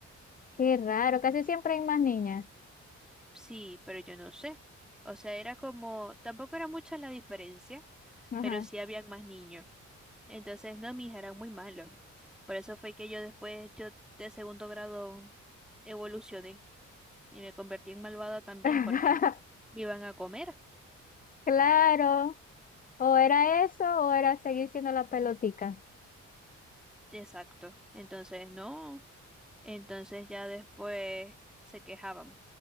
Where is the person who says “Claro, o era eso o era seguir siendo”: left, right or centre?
Left